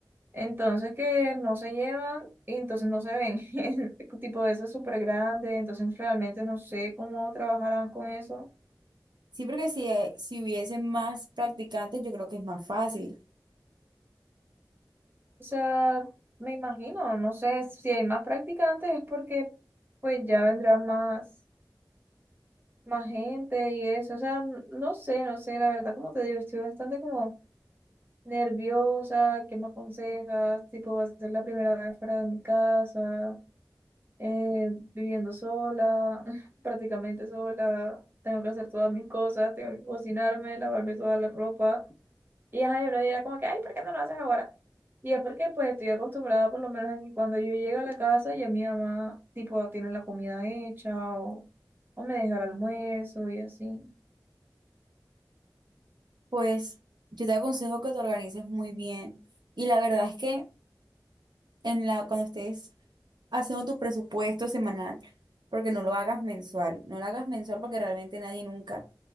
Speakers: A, on the right (about 25°); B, on the right (about 70°).
A: Entonces que no se llevan y entonces no se ven. <laughs> Es tipo de eso es súper grande, entonces realmente no sé cómo trabajarán con eso.
B: Sí, porque si, eh, si hubiesen más practicantes, yo creo que es más fácil.
A: O sea, me imagino, no sé si hay más practicantes es porque pues ya vendrán más. más gente y eso. O sea, n- no sé, no sé, la verdad, como te digo, estoy bastante como nerviosa, ¿qué me aconsejas? Tipo, va a ser la primera vez fuera de mi casa, eh, viviendo sola, <laughs> prácticamente sola. Tengo que hacer todas mis cosas, tengo que cocinarme, lavarme toda la ropa. Y ajá, yo no dirá como que, ay, ¿por qué no lo haces ahora? Y es porque pues estoy acostumbrada por lo menos a que cuando yo llego a la casa ya mi mamá tipo tiene la comida hecha o, o me deja el almuerzo y así.
B: Pues yo te aconsejo que te organices muy bien. Y la verdad es que en la, cuando estés haciendo tu presupuesto semanal, porque no lo hagas mensual, no lo hagas mensual porque realmente nadie nunca,